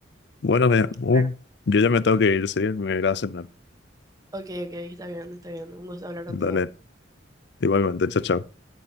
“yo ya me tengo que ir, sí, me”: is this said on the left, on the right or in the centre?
Left